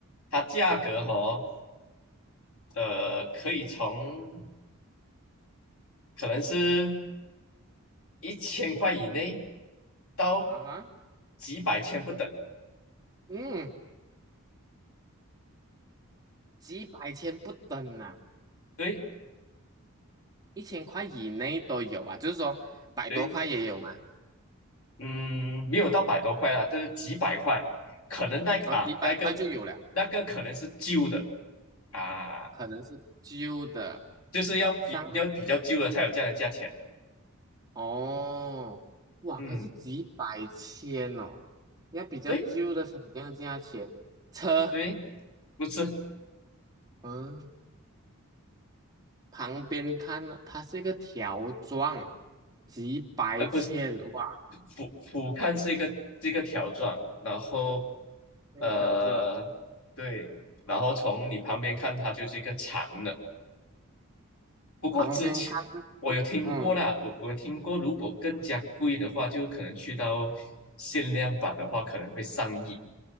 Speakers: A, on the left; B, on the right.
A: 它价格哦，呃，可以从可能是一千块以内到
B: 啊哈，
A: 几百千不等。
B: 嗯，几百千不等啊，
A: 对。
B: 一千块以内都有啊，就是说百多块也有嘛，
A: 对，嗯，没有到百多块啦，就是几百块，可能那啊那个
B: 哦，几百块就有了，
A: 那个可能是旧的啊，
B: 可能是旧的，
A: 就是要比要比较旧的才有这样的价钱。
B: 上面是哦，哇，
A: 嗯，
B: 可是几百千哦，要比较旧的才有这样的价钱，
A: 对
B: 车，
A: 对，不是
B: 嗯。旁边看呢，它是一个条状，几百千，
A: 呃不是
B: 哇，
A: 俯俯瞰是一个是一个条状，然后
B: 那个条状，
A: 呃对，然后从你旁边看它就是一个长的。不过之前我有听过啦，
B: 旁边看就是嗯，
A: 我我听过，如果更加贵的话，就可能去到限量版的话，可能会上亿。